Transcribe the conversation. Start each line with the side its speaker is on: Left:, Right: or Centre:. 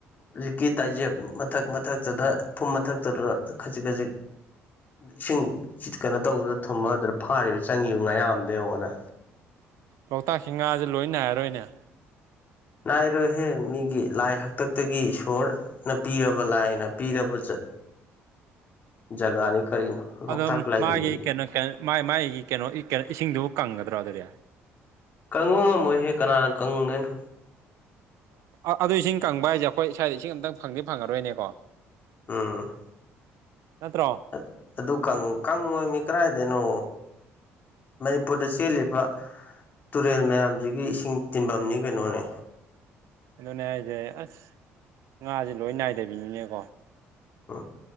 Left: ꯍꯧꯖꯤꯛꯀꯤ ꯇꯥꯏꯖꯦꯞ ꯃꯊꯛ ꯃꯊꯛꯇꯨꯗ ꯐꯨꯝ ꯃꯊꯛꯇꯨꯗ ꯈꯖꯤꯛ ꯈꯖꯤꯛ ꯏꯁꯤꯡ ꯀꯩꯅꯣ ꯇꯧꯕꯗꯨꯗ ꯊꯨꯝꯃ ꯑꯗꯨꯗ ꯐꯥꯔꯤꯕ ꯆꯪꯉꯤ ꯉꯥꯌꯥꯝꯗꯣ ꯌꯦꯡꯉꯣꯗꯅ
Right: ꯂꯣꯛꯇꯥꯛꯁꯤ ꯉꯥꯁꯦ ꯂꯣꯏ ꯅꯥꯏꯔꯔꯣꯏꯅꯦ
Left: ꯅꯥꯏꯔꯣꯏꯍꯦ ꯃꯤꯒꯤ ꯂꯥꯏ ꯍꯥꯛꯇꯛꯇꯒꯤ ꯏꯁꯣꯔ ꯄꯤꯔꯕ ꯂꯥꯏꯅ ꯄꯤꯔꯕ ꯖꯒꯥꯅꯤ ꯀꯔꯤꯅꯣ ꯂꯣꯛꯇꯥꯛ
Right: ꯑꯗꯣ
Left: ꯂꯥꯏꯔꯦꯝꯕꯤ
Right: ꯃꯥꯒꯤ ꯀꯩꯅꯣ ꯀꯩ ꯃꯥꯏꯒꯤ ꯀꯩꯅꯣ ꯀꯣ ꯏꯁꯤꯡꯗꯨꯕꯨ ꯀꯪꯒꯗ꯭ꯔꯣ ꯑꯗꯨꯗꯤ
Left: ꯀꯪꯕ ꯉꯝꯃꯣꯏꯍꯦ ꯀꯅꯥꯅ ꯀꯪꯗꯣꯏꯅꯣ
Right: ꯑ ꯑꯗꯨ ꯏꯁꯤꯡ ꯀꯪꯕ ꯍꯥꯏꯁꯦ ꯑꯩꯈꯣꯏ ꯏꯁ꯭ꯋꯥꯏꯗ ꯏꯁꯤꯡ ꯑꯃꯇ ꯐꯪꯗꯤ ꯐꯪꯉꯔꯣꯏꯅꯦꯀꯣ
Left: ꯎꯝ
Right: ꯅꯠꯇ꯭ꯔꯣ
Left: ꯑ ꯑꯗꯨ ꯀꯪꯉꯣꯏꯃꯤ ꯀꯗꯥꯥꯏꯗꯩꯩꯅꯣ ꯃꯅꯤꯄꯨꯔꯗ ꯆꯦꯜꯂꯤꯕ ꯇꯨꯔꯦꯜ ꯃꯌꯥꯝꯁꯤꯒꯤ ꯏꯁꯤꯡ ꯇꯤꯟꯐꯝꯅꯤ ꯀꯩꯅꯣꯅꯦ
Right: ꯑꯗꯨꯅꯦ ꯍꯥꯏꯁꯦ ꯑꯁ ꯉꯥꯁꯦ ꯂꯣꯏ ꯅꯥꯏꯗꯕꯤꯅꯤꯅꯦꯀꯣ
Left: ꯎꯝ